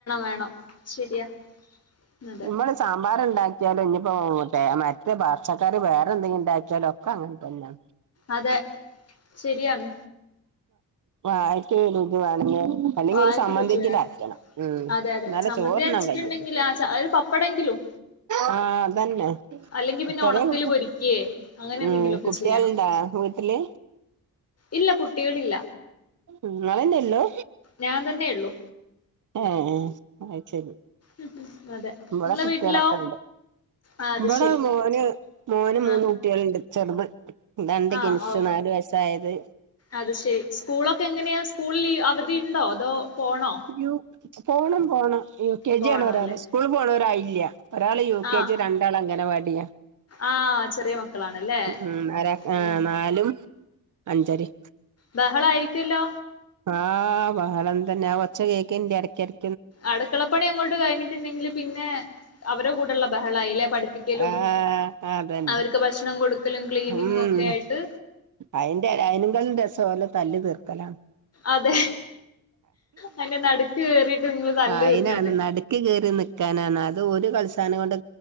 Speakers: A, on the left; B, on the right.
A: വേണം ശരിയാ അതെ
B: ഉ നമ്മ സാമ്പാർ ഉണ്ടാക്കിയാലും ഇനിയിപ്പോ മറ്റേ പാച്ചക്കാറി വേറെ എന്തെങ്കിലും ഉണ്ടാക്കിയാലോ അത് അങ്ങനെതന്ന
A: അതെ ശരിയാണ്
B: വായിക്കൊരു രുചിവേണമെങ്കിൽ അല്ലെങ്കിൽ
A: വായക്ക്
B: ഒരുചമ്മന്തിങ്കിൽ
A: രുചി വേണം
B: അരക്കണം ഉ
A: അതെ അതെ
B: ന്നാലെ
A: ചമ്മന്തി
B: ചോറുണ്ണാൻ
A: അരച്ചിട്ടുണ്ടെങ്കിൽ
B: ണാൻ കഴ്യോളു
A: ആ ച ഒരു പപ്പടെങ്കിലും
B: ആഹ് അതന്നെ
A: അല്ലെങ്കിൽ പിന്നെ
B: ഇത്രര
A: ഉണക്കല്
B: കുട്ട
A: പൊരിക്കേ അങ്ങനെ എന്തെങ്കിലുമൊക്കെ
B: ഉം കുട്ടിയാള്ണ്ടോ
A: ചെയ്യണം
B: വീ വിട്ടില്
A: ഇല്ല കുട്ടികളില്ല
B: ഇങ്ങൾന്നേ ഉള്ളു
A: ഞാൻ തന്നെ ഉള്ളു
B: ഓ അയ്ശരി
A: ഉം അതെ
B: ഇവിടെ
A: നിങ്ങളെ
B: കുട്ടികളൊക്കെ
A: വീട്ടിലോ
B: ഉണ്ട്
A: ആ അത്
B: ഇവിടെ
A: ശരി
B: മോന് മോന് മൂന്ന്
A: ആ
B: കുട്ടിയാള്ണ്ട് ചെറുത് രണ്ട്
A: ആ
B: കിൻസ്
A: ഓ
B: നാാലു വയസായത്
A: അത് ശെ സ്കൂളോക്ക എങ്ങനെയാ സ്കൂളി അവധിയിണ്ടോ? അതോ പോണോ?
B: യു പോണം പോണം യു കെ
A: പോണോ
B: ജി ആണ് ഒരാള്
A: അല്ലേ
B: സ്കൂള് പോണാേരായില്ല ഒരാള് യു
A: ആ
B: കെ ജി രണ്ടാൾ അംഗനവാടിയാ.
A: ആ ചെറിയ മക്കളാണല്ലേ
B: ഉം ഉം ഒരാ
A: ഉം
B: നാലും അഞ്ചെരിം
A: ബഹളായിരിക്ക്യുല്ലോ
B: ആഹ് ബഹളം തന്നെ ആഹ് ഒച്ച കേക്കേണ്ട് എടെക്കെട്
A: അടുക്കള പണി അങ്ങോട്ട് കഴിഞ്ഞിട്ട് ഇണ്ടെങ്കില് പിന്നെ അവരെ കൂടെള്ള ബഹളായില്ലേ. പഠിപ്പിക്കലും
B: ആഹ് അതന്നെ
A: അവര്ക്ക് ഭക്ഷണം കൊട്ക്കലും ക്ലീനിങ്ങും
B: ഉം
A: ഒക്കെ ആയിട്ട്
B: അയിന്റെ അയിനേകാലും രസം ഓലേ തല്ല് തീർക്കലാ.
A: അതെ അതിന്റെ നടുക്ക് കേറിയിട്ട് നിങ്ങള് തല്ല്
B: ആയിനാണ്
A: തീർക്കണ്ടേ
B: നട് ക്ക് കേയറി നിക്കാനാണ് അത് ഒരു കളിസാനം കൊണ്ട്